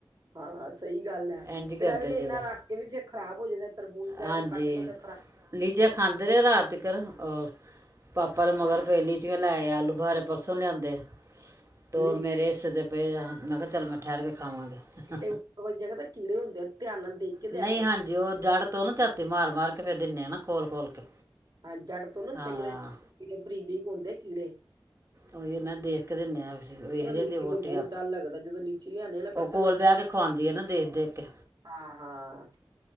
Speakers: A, on the right (about 55°); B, on the right (about 40°).
A: ਹਾਂ ਸਹੀ ਗੱਲ ਹੈ
B: ਇੰਜ ਕਰਦੇ
A: ਫਿਰ ਐਵੇਂ ਨੇ
B: ਜਿਹਦਾ
A: ਇਨਾ ਰੱਖ ਕੇ ਵੀ ਫੇਰ ਖਰਾਬ ਹੋ ਜਾਂਦਾ ਤਰਬੂਜ਼ ਵਗੈਰਾ
B: ਹਾਂਜੀ
A: ਤੇ ਕੱਟ ਲਉਦੇ
B: ਲੀਚੀਆਂ ਖਾਂਦੇ ਰਹੇ ਰਾਤ ਤਕ ਉਹ ਪਾਪਾ
A: ਅੱਛਾ,
B: ਦੇ ਮਗਰ ਪਈ ਜੀ ਲੈ ਆਏ ਆਲੂ ਬਖ਼ਾਰੇ ਪਰਸੋਂ ਲਿਆਂਦੇ
A: <inaudible>
B: ਤੋ ਮੇਰੇ
A: ਵੀ
B: ਹਿੱਸੇ ਤੇ ਪਏ, ਮੈਂ ਕਿਹਾ ਚੱਲ ਮੈਂ ਠਹਿਰ ਕੇ ਖਾਵਾਂਗੀ
A: ਤੇ ਉਪਰ ਵਾਲੀ ਜਗ੍ਹਾ ਕੀੜੇ ਹੁੰਦੇ ਆ ਧਿਆਨ ਨਾਲ ਦੇਖ ਕੇ
B: ਨਹੀਂ
A: ਦਿਆ ਕਰੋ।
B: ਹਾਂਜੀ ਉਹ ਜੜ੍ਹ ਤੋਂ ਨਾ ਝਾਤੀ ਮਾਰ- ਮਾਰ ਕੇ ਫੇਰ ਦਿੰਦੇ ਆ ਨਾ ਖੋਲ ਖੋਲ ਕੇ
A: ਹਾਂ ਜੜ ਤੋਂ ਨਾ
B: ਹਾਂ
A: ਚੰਗੀ ਤ ਬਰੀਕ-ਬਰੀਕ ਹੁੰਦੇ ਕੀੜੇ
B: ਉਹੀ ਮੈਂ ਦੇਖ ਕੇ ਦਿੰਦੇ ਹਾਂ ਵੇਖਦੇ
A: ਜਿਹੜਾ ਲੀਚੀ
B: ਹੁੰਦੀ ਵਹੁਟੀ
A: ਤੋਂ ਬਹੁਤ ਡਰ ਲੱਗਦਾ ਜਦੋਂ ਲੀਚੀ ਲਿਆਣੇ ਆ ਨਾ ਪਹਿਲਾਂ
B: ਉਹ ਕੋਲ
A: ਤਾਂ ਮੈਂ
B: ਬਹਿ ਕੇ ਖਵਾਉਂਦੀ ਹੈ ਨਾ ਦੇਖ -ਦੇਖ ਕੇ
A: ਹਾਂ -ਹਾਂ